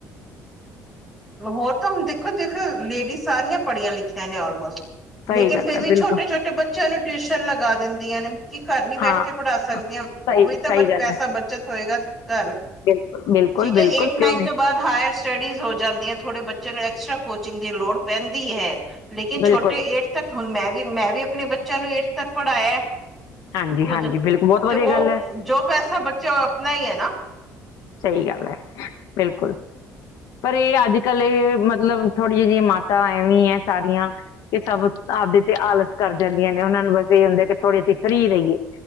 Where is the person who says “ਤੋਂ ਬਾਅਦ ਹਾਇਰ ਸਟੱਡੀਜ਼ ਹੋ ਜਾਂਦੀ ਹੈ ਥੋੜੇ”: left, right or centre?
Centre